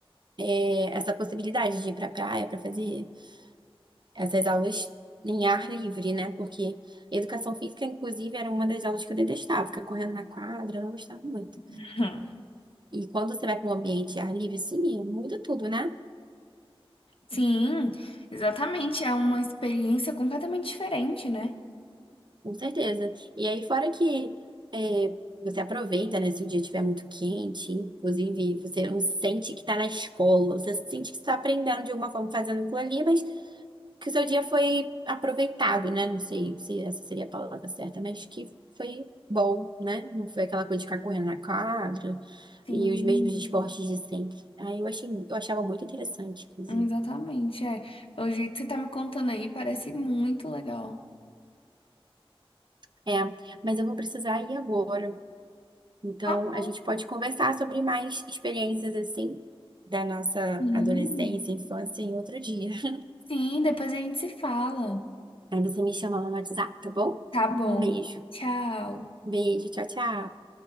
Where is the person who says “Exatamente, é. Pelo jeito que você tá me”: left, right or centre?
Left